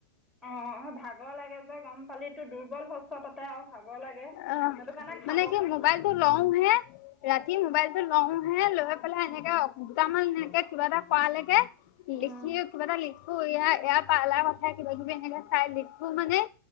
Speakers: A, in the centre; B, on the left.
A: অ অ ভাগৰ লাগে যে গম ফালিটো দুৰ্বল শছ তাতে আৰু ভাগৰ লাগে
B: অহ
A: সেইটো কাৰণে খাব
B: মানে কি
A: ক।
B: মোবাইলটো লওঁ হে। ৰাতি মোবাইলটো লও হে লৈ পেলাই এনেকে দুটামান এনেকে কিবা এটা কৱালেকে। লিখিয়ে
A: অঁ
B: কিবা এটা লিখো ই এাৰ পাৰ্লাৰ কথাই কিবা কিবি এনেকে চাই লিখো মানে।